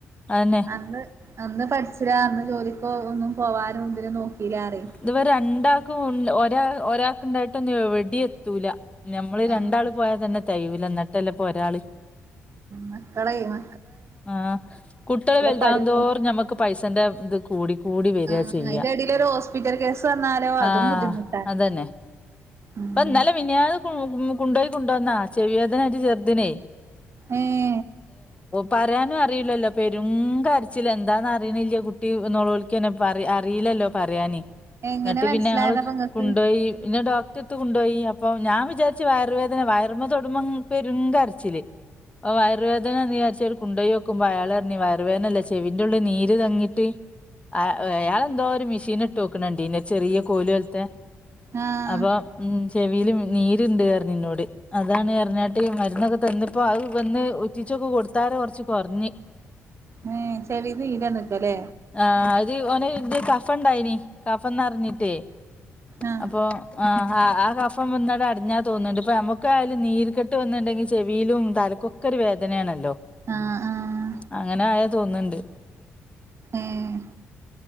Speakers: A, on the left; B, on the right.
A: അതന്നെ
B: അന്ന് അന്ന് പഠിച്ചില്ല അന്ന് ജോലിപ്പോ ഒന്നും പോവാനും ഇതിനും നോക്കില അറിയും
A: ഇതുവ രണ്ടാക്കും ഒരാ ഒരാൾക്ക് ഉണ്ടായിട്ടൊന്നും എവിടെ എത്തൂല നമ്മള്
B: അങ്ങനെ
A: രണ്ടാള് പോയാൽ തന്നെ തകയൂല്ല എന്നിട്ടല്ലപ്പോ ഒരാള്
B: <inaudible> മക്കളെ ചെയ്യുന്ന
A: ആഹ് കുട്ടികൾ വലുതാകുതോറും
B: പഠിപ്പും
A: ഞമ്മുക്ക് പൈസന്റെ ഇത് കൂടി കൂടി വര
B: ആഹ്
A: ചെയ്യാ
B: അയിന്റെ എടേലൊരു ഹോസ്പിറ്റൽ കേസ് വന്നാലോ അതും
A: ആഹ്
B: ബുദ്ധിമുട്ടാണ്
A: അതന്നെ
B: ഉം
A: അപ്പ ഇന്നല്ലെ മിനിയാന് കൊണ്ടുയി കൊണ്ടു വന്നാ ചെവിയേദനായിട്ട് ചെറുതിനേ
B: ഏഹ്
A: പറയാനും അറിയില്ലല്ലോ പെരും കരച്ചില് എന്താന്ന് അറിയണില്ല കുട്ടി നൊളോളിക്കന്നെ അറിയില്ലല്ലോ പറയാന്
B: എങ്ങനെ
A: എന്നിട്ട്
B: മനസ്സിലായതാപ്പൊ
A: പിന്നെ ഞങ്ങള്
B: ഇങ്ങക്ക്
A: കൊണ്ടോയി പിന്നെ ഡോ ക്റ്റെടുത്ത് കൊണ്ടോയി അപ്പൊ ഞാൻ വിചാരിച്ച് വയറുവേദന വയർമ്മ തൊടുമ്പം പെരും കരച്ചില് ഓഹ് വയറ് വേദനാണ് വിചാരിച്ച് കുണ്ടോയോക്കുമ്പോ അയാൾ പർഞ്ഞ് വയറ് വേദനല്ല ചെവിന്റെ ഉള്ളിൽ നീര് തങ്ങിട്ട്, ആ അയാൾന്തോ ഒരു മെഷീൻ ഇട്ടോക്ക്‌ണണ്ടീനു ഒര് ചെറിയ കോലോൽത്തെ,
B: ആഹ്
A: അപ്പൊ ഉം ചെവീൽ നീരുണ്ട് പറഞ്ഞുന്നോട്, അതാണ് പറഞ്ഞാട്ട് മരുന്നൊക്കെ തന്നപ്പോ അത് വന്ന് ഉറ്റിച്ചൊക്കെ കൊടുത്താരെ കൊർച്ച് കൊർഞ്ഞ്,
B: ഏഹ് ചെവീന്ന് നീരന്ന്ക്കലേ,
A: ആഹ് അത് ഓന് ഇത് കഫം ഇണ്ടായിനി കഫന്നറിഞ്ഞിട്ടേ,
B: ആഹ്
A: അപ്പോ ആഹ്, ആഹ് ആ കഫം വന്നാണ്ട് അടിഞ്ഞാ തോന്നുണ്ട് ഇപ്പൊ നമുക്കായാലും നീര് കെട്ട് വന്നിണ്ടെങ്കിൽ ചെവിയിലും തലക്കുംക്കെ, ഒക്കൊരു വേദനയാണല്ലോ
B: ആഹ് ആഹ്
A: അങ്ങനെ ആയാതോന്നുണ്ട്,
B: ഏഹ്